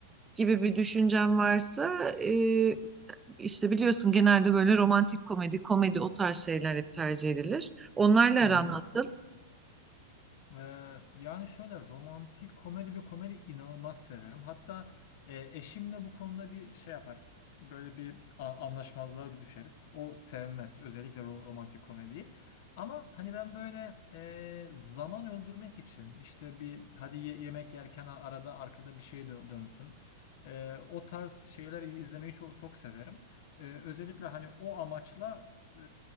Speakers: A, on the right (about 15°); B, on the left (about 60°).
A: gibi bir düşüncem varsa e, işte biliyorsun genelde böyle romantik komedi, komedi o tarz şeyler hep tercih edilir. Onlarla
B: Hı hı.
A: aran nasıl?
B: Ee, yani şöyle romantik komedi ve komedi inanılmaz severim. Hatta e, eşimle bu konuda bir şey yaparız. Böyle bir a- anlaşmazlığa düşeriz. O sevmez özellikle ro- romantik komediyi. Ama hani ben böyle e, zaman öldürmek için işte bir hadi ye- yemek yerken a- arada arkada bir şey dö- dönsün. E, o tarz şeyler iz- izlemeyi çok, çok severim. E, özellikle hani o amaçla e,